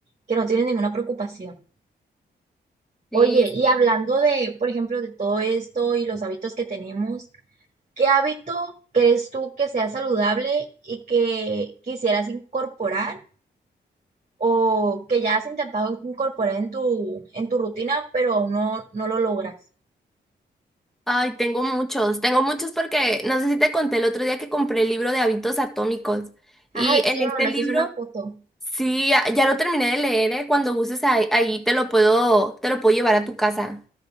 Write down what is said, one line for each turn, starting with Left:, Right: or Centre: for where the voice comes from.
Right: que no tiene ninguna preocupación. Oye,
Centre: Sí,
Right: y
Centre: sí.
Right: hablando de, por ejemplo, de todo esto y los hábitos que tenemos, ¿qué hábito crees tú que sea saludable y que quisieras incorporar o que ya has intentado incorporar en tu, en tu rutina, pero aún no, no lo logras?
Centre: Ay, tengo muchos, tengo muchos porque no sé si te conté el otro día que compré el libro de hábitos atómicos y
Right: Ay,
Centre: en
Right: sí, me
Centre: este
Right: mandaste
Centre: libro
Right: una foto.
Centre: Sí, ya, ya lo terminé de leer, ¿eh? Cuando gustes ahí, ahí te lo puedo, te lo puedo llevar a tu casa